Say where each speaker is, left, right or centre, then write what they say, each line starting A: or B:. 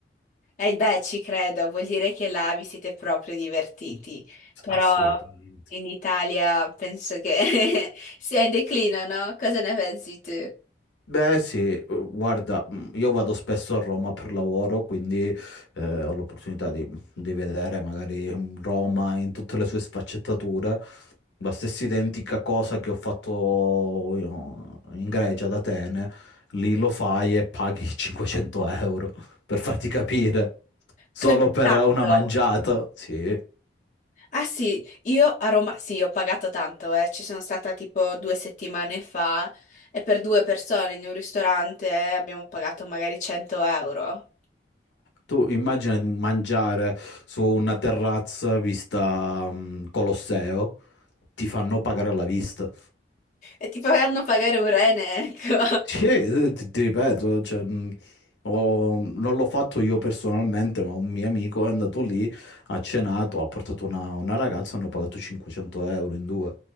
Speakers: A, on the left; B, on the left.
A: E beh, ci credo, vuol dire che là vi siete proprio divertiti. Però
B: assolutamente.
A: in Italia penso che <laughs> sia in declino, no? Cosa ne pensi tu?
B: Beh sì, guarda, io vado spesso a Roma per lavoro, quindi eh, ho l'opportunità di, di vedere magari Roma in tutte le sue sfaccettature La stessa identica cosa che ho fatto io in Grecia, ad Atene, lì lo fai e paghi <laughs> 500 euro, per farti capire, solo
A: Così
B: per
A: tanto.
B: una mangiata. Sì.
A: Ah sì, io a Roma, sì, ho pagato tanto, eh. Ci sono stata tipo due settimane fa e per due persone in un ristorante eh, abbiamo pagato magari 100 euro.
B: Tu immagina di mangiare su una terrazza vista mm, Colosseo, ti fanno pagare alla vista.
A: E ti faranno pagare un rene, ecco.
B: Sì, eh, ti, ti ripeto, cioè, mh, ho- non l'ho fatto io personalmente, ma un mio amico è andato lì, ha cenato, ha portato una, una ragazza, hanno pagato 500 euro in due.